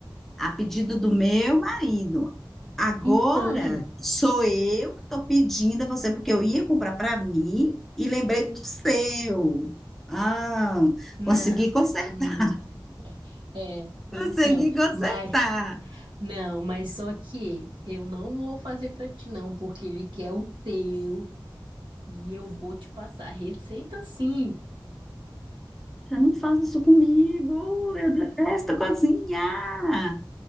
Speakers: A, in the centre; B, on the right.
A: a pedido do meu marido. Agora
B: Então,
A: sou eu que estou pedindo a você, porque eu ia comprar para mim e lembrei do seu. Ah,
B: não.
A: consegui consertar,
B: Hum, é,
A: <laughs>
B: então,
A: consegui consertar.
B: mas não, mas só que eu não vou fazer pra ti não, porque ele quer o teu e eu vou te passar a receita sim.
A: Eu não faço isso comigo, eu detesto cozinhar.